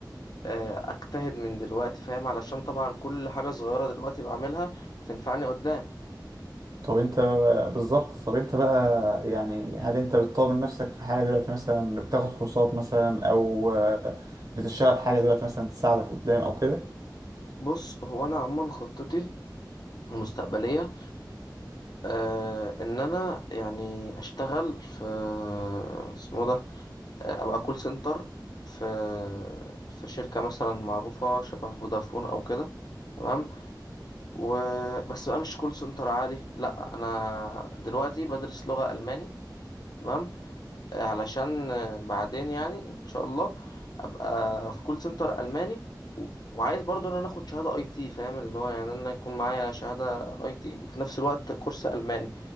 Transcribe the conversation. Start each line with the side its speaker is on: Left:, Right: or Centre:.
Left: آه، أجتهد من دلوقتي فاهم علشان طبعا كل حاجة صغيرة دلوقتي بعملها هتنفعني قدام
Right: طب أنت بالظبط طب أنت بقى يعني هل أنت بتطور من نفسك في حاجة دلوقتي مثلا بتاخد كورسات مثلا أو بتشتغل حاجة دلوقتي مثلا تساعدك قدام أو كده؟
Left: بص هو أنا عموما خطتي المستقبلية آه، إن أنا يعني أشتغل في اسمه ده آه، أبقى كول سنتر في في شركة مثلا معروفة شبه فودافون أو كده تمام و... بس بقى مش كول سنتر عادي لا انا دلوقتي بدرس لغة الماني تمام آه، علشان آه، بعدين يعني ان شاء الله ابقى في كول سنتر الماني و- وعايز برضو ان انا اخد شهادة اي تي فاهم اللي هو يعني انا يكون معايا شهادة اي تي وفي نفس الوقت كورس الماني